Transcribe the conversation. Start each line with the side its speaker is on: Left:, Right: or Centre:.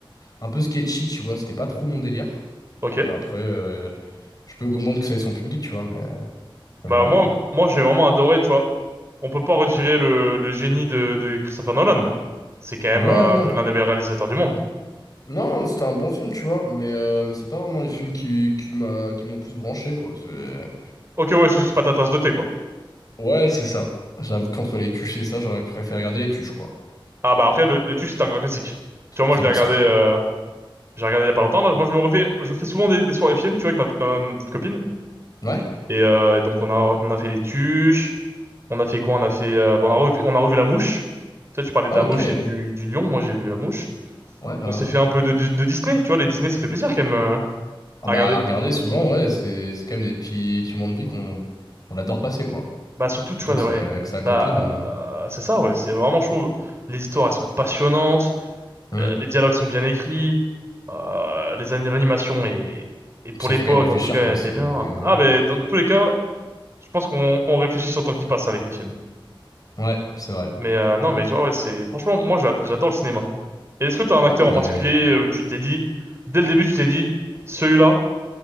Left: un peu sketchy, tu vois, c'était pas trop mon délire.
Right: Ok.
Left: Mais après, euh, je peux comprendre que ça ait son public, tu vois, mais mais
Right: Bah
Left: voilà
Right: moi,
Left: quoi.
Right: moi j'ai vraiment adoré, tu vois. On peut pas retirer le, le génie de, de Christopher Nolan. C'est quand même
Left: Ouais,
Right: euh,
Left: ouais.
Right: l'un des meilleurs réalisateurs du monde.
Left: Non, c'était un bon film, tu vois, mais, euh, mais c'est pas vraiment les films qui, qui m'a, qui m'ont le plus branché, quoi. C'est-
Right: Ok, ouais, c'est juste pas ta tasse de thé, quoi.
Left: Ouais, c'est ça. J'avoue qu'entre les tuches et ça, j'aurais préféré regarder les tuches, quoi.
Right: Ah bah après, le, le Tuche, c'est un grand classique. Tu vois, moi
Left: C'est
Right: je l'ai
Left: pour
Right: regardé,
Left: ça.
Right: euh, j'ai regardé il y a pas longtemps. là. Moi je me refais, je fais souvent des, des soirées films, tu vois, avec ma, ma, ma petite copine.
Left: Ouais?
Right: Et, euh, et donc on a, on a fait les Tuches, on a fait quoi? On a fait, euh, bah, on a revu, on a revu La Mouche. Tu sais, tu parlais de
Left: Ah,
Right: La
Left: ok.
Right: Mouche
Left: Ouais,
Right: et du, du Lion, moi j'ai vu La Mouche.
Left: ouais. ouais.
Right: On s'est fait un peu de, de, de Disney, tu vois, les Disney, ça fait plaisir quand même euh,
Left: Ah
Right: à
Left: bah,
Right: regarder.
Left: regarder, souvent, ouais, c'est c'est quand même des petits, petits moments de vie qu'on qu'on adore passer, quoi.
Right: Bah surtout, tu
Left: Surtout
Right: vois,
Left: que ça,
Right: ouais,
Left: que sa copine.
Right: là,
Left: euh.
Right: euh, c'est ça, ouais, c'est vraiment, je trouve, les histoires, elles sont passionnantes,
Left: Hum.
Right: euh, les dialogues sont bien écrits, euh, les an- l'animation est, et pour
Left: Puis ça
Right: l'époque,
Left: fait quand même réfléchir,
Right: en tout cas,
Left: quoi.
Right: elle
Left: C'est...
Right: était bien. Ah, ben, dans tous les cas, je pense qu'on on réfléchit sur le temps qui passe avec les films.
Left: Ouais, c'est vrai.
Right: Mais euh, non, mais tu vois, ouais, c'est, franchement, moi, j'a- j'adore le cinéma. Et est-ce que t'as un acteur
Left: Ah, ben,
Right: en particulier où tu t'es dit, dès le début, tu t'es dit, celui-là,